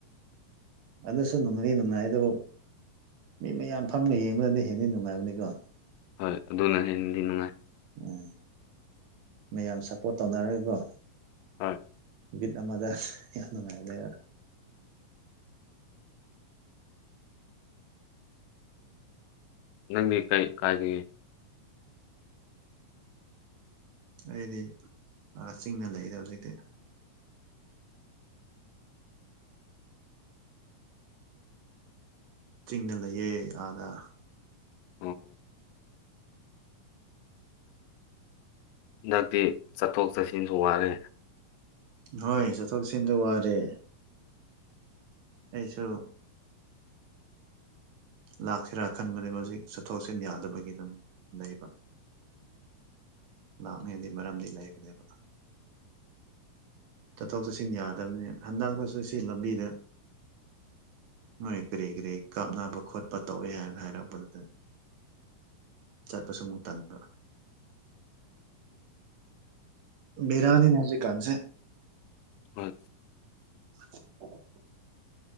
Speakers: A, on the right; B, on the left.
A: ꯑꯗꯁꯨꯣ ꯅꯉꯅꯤ ꯅꯅꯨꯡꯉꯥꯏꯗꯣ ꯃꯤ ꯃꯌꯥꯝ ꯐꯝꯃ ꯌꯦꯡꯕꯅꯗꯤ ꯍꯦꯟꯅꯗꯤ ꯅꯨꯡꯉꯥꯏꯕꯅꯤꯀꯣ
B: ꯍꯣꯏ ꯑꯗꯨꯅ ꯍꯦꯟꯅꯗꯤ ꯅꯨꯡꯉꯥꯏ
A: ꯎꯝ ꯃꯌꯥꯝ ꯁꯞꯄꯣꯔꯠ ꯇꯧꯅꯔꯒꯦꯀꯣ
B: ꯎꯝ
A: ꯕꯤꯠ ꯑꯃꯗ ꯌꯥꯝ ꯅꯨꯡꯉꯥꯏꯔꯅꯦꯕ
B: ꯅꯪꯒꯤ ꯀꯩ ꯀꯥꯗꯦ
A: ꯑꯩꯗꯤ ꯆꯤꯡꯅ ꯂꯩꯔꯤꯗ ꯍꯧꯖꯤꯛꯇꯤ ꯆꯤꯡꯅ ꯂꯩꯌꯦ ꯑꯥꯗ
B: ꯎꯝ ꯍꯟꯗꯛꯇꯤ ꯆꯠꯊꯣꯛ ꯆꯠꯁꯤꯟꯁꯨ ꯋꯥꯔꯦ
A: ꯅꯣꯏ ꯆꯠꯊꯣꯛ ꯁꯤꯟꯗ ꯋꯥꯔꯦ ꯑꯩꯁꯨ ꯂꯥꯛꯁꯤꯔꯥ ꯈꯟꯕꯅꯦꯕ ꯍꯧꯖꯤꯛ ꯆꯠꯊꯣꯛ ꯆꯠꯁꯤꯟ ꯌꯥꯗꯕꯒꯤ ꯑꯗꯨꯝ ꯂꯩꯕ ꯂꯥꯃꯤꯗꯤ ꯃꯔꯝꯗꯤ ꯂꯩꯕꯗꯕ ꯆꯠꯊꯣꯛ ꯆꯠꯁꯤꯟ ꯌꯥꯗꯕꯅꯤ ꯍꯟꯗꯛꯇꯁꯨ ꯁꯤ ꯂꯝꯕꯤꯗ ꯅꯣꯏ ꯀꯔꯤ ꯀꯔꯤ ꯀꯥꯞꯅꯕ ꯈꯣꯠꯄ ꯇꯧꯏ ꯍꯥꯏꯅ ꯍꯥꯏꯔꯛꯄꯗꯨꯗ ꯆꯠꯄꯁꯨꯃꯨꯛ ꯇꯥꯟꯗ ꯕꯤꯔꯅꯤ ꯅ ꯍꯧꯖꯤ ꯀꯥꯟꯁꯦ
B: ꯍꯣꯏ
A: <unintelligible>